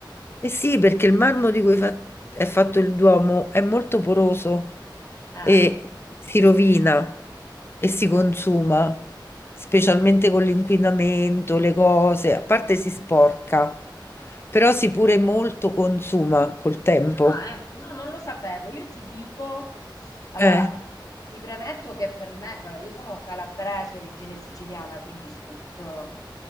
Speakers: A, on the left; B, on the left.
A: eh sì, perché il marmo di cui fa- è fatto il Duomo è molto poroso
B: eh.
A: e si rovina e si consuma, specialmente con l'inquinamento, le cose, a parte si sporca, però si pure molto consuma col tempo.
B: Ah, ecco, no, non lo sapevo. Io ti dico, allora,
A: Eh,
B: ti premetto che per me, vabbè, io sono calabrese, origine siciliana, quindi sud,